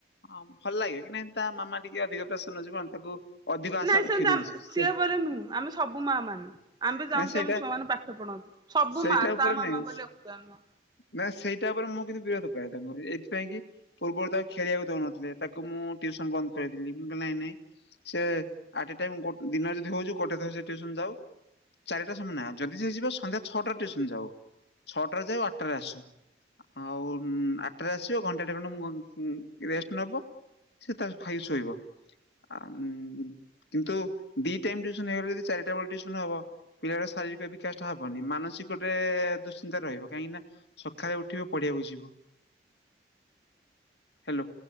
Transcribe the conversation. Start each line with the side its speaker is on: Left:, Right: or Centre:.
Left: ହଁ ଭଲ ଲାଗିବ କି ନାଇଁ ତା ମାମା ଟିକେ ଅଧିକ ପ୍ରେଶନ ଯିବ ନ୍ ତାକୁ ଅଧିକ ଆଶା
Right: ନାଇଁ
Left: ରଖି
Right: ସେମତି ଆମେ
Left: ଦଉଛି ସେ
Right: ସିଏ ବୋଇଲି ନୁହୁଁ ଆମେ ସବୁ ମାଆମାନେ ଆମେ ବି ଚାହୁଁଚୁ
Left: ନା ସେଇଟା
Right: ଆମ ଛୁଆମାନେ ପାଠ ପଢନ୍ତୁ। ସବୁ
Left: ସେଇଟା
Right: ମାଆ
Left: ଉପରେ
Right: ତା ମାମା
Left: ନାଇଁ
Right: ବୋଇଲେ ଏକୁଟିଆ ନୁହଁ।
Left: ନା ସେଇଟା ଓପରେ ମୁଁ କିନ୍ତୁ ବିରୋଧ କରେ ତାଙ୍କୁ ଏଇଥିପାଇଁ କି ପୂର୍ବରୁ ତାକୁ ଖେଳିବାକୁ ଦୋଉନଥିଲେ ତାକୁ ମୁଁ ଟ୍ୟୁସନ ବନ୍ଦ କରେଇଦେଲି ମୁଁ କହିଲି ନାଇଁ ନାଇଁ ସେ ଆଟ୍ ଏ ଟାଇମ୍ ଗୋ ଦିନରେ ଯଦି ହୋଉଚି ଗୋଟେ ଥର ସେ ଟ୍ୟୁସନ୍ ଯାଉ। ଚାରିଟା ସମୟ ନା ଯଦି ସିଏ ଯିବା ସନ୍ଧ୍ୟା ଛଅଟା ଟ୍ୟୁସନ୍ ଯାଉ ଛଅଟାରେ ଯାଉ ଆଠଟାରେ ଆସୁ। ଆଉ ଉଁ ଆଟଟାରେ ଆସିବ ଘଣ୍ଟାଟେ ଖଣ୍ଡେ ମୁହଁ ଉଁ ରେଷ୍ଟ୍ ନବ ସେ ତାର ଖାଇକି ଶୋଇବ ଆଉମ୍ କିନ୍ତୁ ଦି ଟାଇମ୍ ଟ୍ୟୁସନ ହେଇଗଲେ ଯଦି ଚାରିଟାବେଳେ ଟ୍ୟୁସନ ହବ ପିଲାର ଶାରିରୀ ପାଇ ବିକାଶଟା ହବନି ମାନସିକଟେ ଦୁଶ୍ଚିନ୍ତା ରହିବ କାହିଁକିନା ସଖାଳେ ଉଠିବେ ପଢିବାକୁ ଯିବ। ହ୍ୟାଲୋ।